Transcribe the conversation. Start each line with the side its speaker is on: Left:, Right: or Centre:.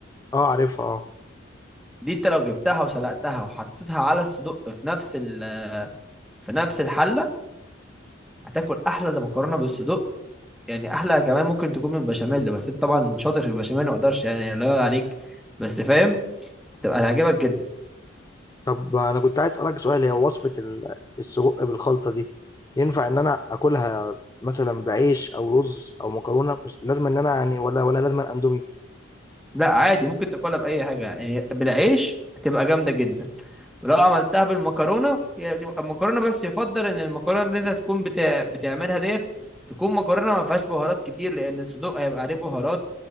Left: اه عارفها اه
Centre: دي انت لو جبتها وسلقتها وحطيتها على الصدق في نفس ال... في نفس الحله هتاكل احلى ده مكرونه بالصدق يعني احلى كمان ممكن تكون من البشاميل بس انت طبعا شاطر في البشاميل ما اقدرش يعني لا يعلى عليك بس فاهم تبقى هتعجبك جدا
Left: طب انا كنت عايز اسألك سؤال هي وصفة ال- السجق بالخلطة دي ينفع ان انا اكلها مثلا بعيش او رز او مكرونة مش لازم ان انا يعني ولا ولا لازم اندومي
Centre: لا عادي ممكن تاكلها باي حاجه يعني بالعيش هتبقى جامده جدا ولو عملتها بالمكرونه هي تبقى المكرونه بس يفضل ان المكرونه اللي انت تكون بتع... بتعملها ديت تكون مكرونه ما فيهاش بهارات كتير لان الصدوق هيبقى عليه بهارات